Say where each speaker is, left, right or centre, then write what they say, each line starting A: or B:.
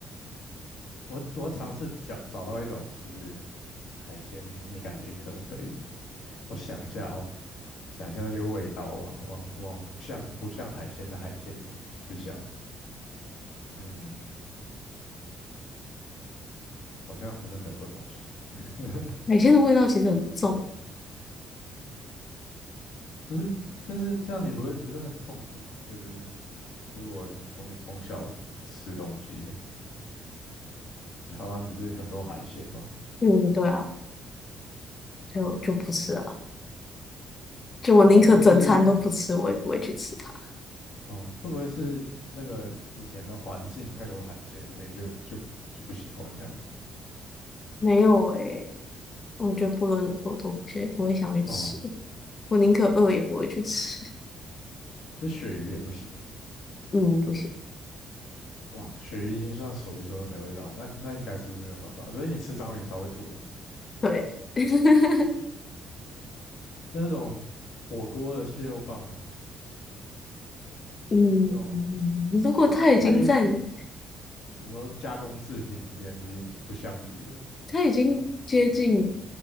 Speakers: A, on the left; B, on the left.
A: 我我要尝试找找到一种就是海鲜你，你感觉可能可以的。我想一下哦，想一下那些味道，往往往不像不像海鲜的海鲜去想，嗯，好像好像没有这种东西。<laughs>
B: <laughs> 海鲜的味道其实很重。
A: 不是，但是这样你不会不是很痛苦吗？就是如果你从从小吃东西，台湾不是很多海鲜吗？
B: 嗯，对啊，就就不吃啊。就我宁可整餐都不吃，
A: 会不会是
B: 我也不会去吃它。
A: 哦？会不会是那个以前的环境太多海鲜了所以就就就不喜欢这样？
B: 没有诶、我觉得不论如何我都不会不会想去吃，
A: 哦，
B: 我宁可饿也不会去吃。<laughs>
A: 所以鳕鱼也不行。
B: 嗯，不行。
A: 哇，鳕鱼已经算所一数二没味道，那那应该是没有办法。所以你吃章鱼烧会吐了。
B: 对，<laughs>
A: 但那种火锅的蟹肉棒、欸，哎，
B: 嗯，
A: 那种这这它它已经
B: 如果它已经在你，
A: 你说加工制品里面已经不像鱼了。
B: 它已经接近，